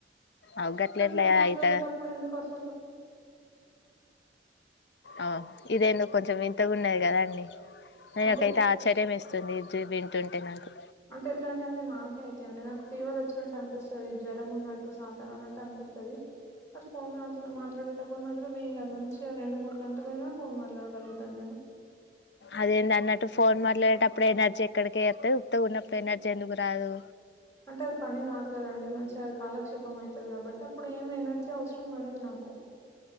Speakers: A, on the left (about 70°); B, on the left (about 15°).
A: అవు గట్ల
B: కాని
A: ఎట్ల
B: ఫోన్ మాట్లాడేటప్పుడు
A: అయితది
B: ఎందుకు వస్తు
A: ఆ ఇదేదో కొంచెం వింతగా ఉంది కదా అండి అ
B: అంటే
A: నాకైతే ఆశచర్యం ఇస్తుంది ఈజో వింటుంటే నాకు
B: అంటే ఎట్లా అంటే అనే నాకే అయితండి నాకు ఫీవర్ వచ్చినట్టు అనిపిస్తుంది జ్వరం ఉన్నట్టు శాంతగా అన్నట్టు అనిపిస్తుంది అరి ఫోన్ మాట్ మాట్లాడేటప్పుడు మాత్రంేయిం కాదదు మంచిగా రెండు మూడు గంటలయినా ఫోన్ మాట్లాడ గలుగుత నేను
A: అదేంటి అన్నట్టు ఫోన్ మాట్లాడేటప్పుడు ఎనర్జీ ఎక్కడిక వస్తాయి ఉప్త ఉన్నప్పుడు ఎన ర్జీ ఎందుకు రాదు
B: అంటే అది పని కాదు కదండి మంచిగా కాదు కాలక్షేపం అవుతుంది కాబట్టి అప్పుడు ఏం ఎనర్జీ అవసరం పడదు నాకు